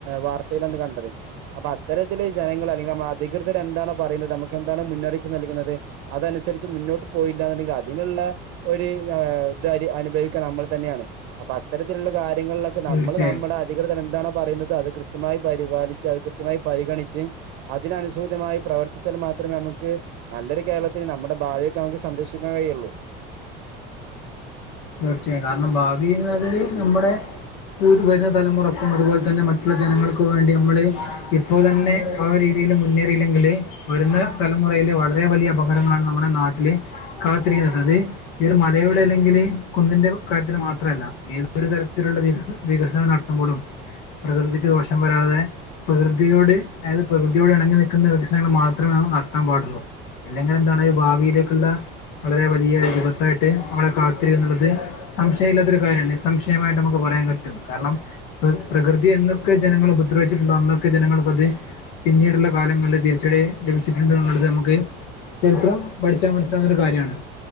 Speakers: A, on the right; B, on the left.
A: വാർത്ത. തയിൽഅന്ന് കണ്ടത് അപ്പൊ അത്തരത്തില് ജനങ്ങൾ അല്ലെങ്കിൽ നമ്മ അധികൃതർ എന്താണ്പ്പൊപറയുന്നത് നമുക്ക് എന്താണ് മുന്നറിയിപ്പ് നൽകു. ക്കിന്നത് അതനുസരിച്ച് മുന്നോട്ട് പോയില്ല എന്നുണ്ടെങ്കിൽ അതിനുള്ള ഒരു താഅനുഭവിക്കും. ക്ക നമ്മൾ തന്നെയാണ് അപ്പൊ അത്തരത്തിലുള്ള കാര്യങ്ങളിലൊക്കെ നമ്മൾ
B: തീർച്ചയായും
A: നമ്മുടെ അധികൃതർ എന്താണോ പറയുന്നത്. അത് കൃത്യമായി പരിപാലിച്ച് അത് കൃത്യമായി പരിഗണിച്ചും അതിനുസൂചതമായി പ്രവർത്തിച്ചാൽ മാത്രമേ നമ്മ. നമുക്ക് നല്ലൊരു കേരളത്തിന് നമ്മുടെ ഭവിയൊക്കെ നമുക്ക് സംരക്ഷിക്കാൻ കഴിയുള്ളു. <inaudible>
B: തീർച്ചയായും കാരണം ഭാവിന്ന് പറഞ്ഞാൽ നമ്മുടെ. പു വര തലമുറക്കും അതുപോലെ തന്നെ മറ്റുള്ള ജനങ്ങൾക്കും വേണ്ടി മ്മള് ഇപ്പോ തന്നെ ആ രീതി. യിൽ മുന്നേറിയില്ലെങ്കിൽ വരുന്ന തലമുറയിലെ വളരെ വലിയ അപകടങ്ങളാണ് നമ്മുടെ നാട്ടിൽ കാത്തിരിക്ക. അത് ഈ ഒരു മലയോട് അല്ലെങ്കില്. കുന്നിന്റെ കാര്യത്തിന് മാത്രല്ല ഏതൊരു തരത്തിലുള്ള വിക വികസനം നടത്തുമ്പോഴും. പ്രകൃതിക്ക് ദോഷം വരാതെ പ്രകൃതിയോട് അതായത് പ്രകൃതിയോട് ഇണങ്ങി നിൽക്കുന്ന വികസനങ്ങൾ മാത്രമ. നടത്താൻ പാടുള്ളൂ ഇല്ലെങ്കിലിൽ എന്താണ് ഭാവിയിലേക്കുള്ള. വളരെ വലിയ വിപത്തായിട്ട് നമ്മളെ കാ. ത്ത് ർ ഉള്ളദ് സംശയം ഇല്ലാത്തരു കാര്യാണ് നിസംശയമായിട്ട് നമുക്ക് പറയാൻ പറ്റും കാരണം പ്രകൃതി ന്നത്. അന്നൊക്കെ ജനങ്ങൾ ഉപദ്രവിച്ചിട്ടുണ്ടോ അന്നൊക്കെ ജനങ്ങൾ അതി. പിന്നീടുള്ള കാലങ്ങളിൽ തിരിച്ചടി ലഭിച്ചിട്ടുണ്ട് എന്നുള്ളത് നമുക്ക്. ചരിത്രം പഠിച്ചാ മനസ്സിലാവുന്ന ഒരു കാര്ര്യാണ്.